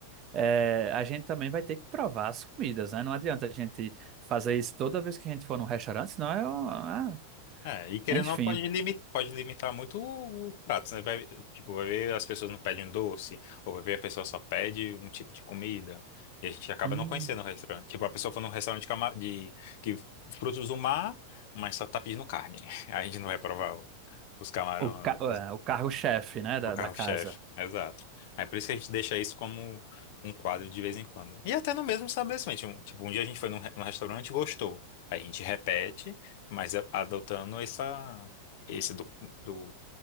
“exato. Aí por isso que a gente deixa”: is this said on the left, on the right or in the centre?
Left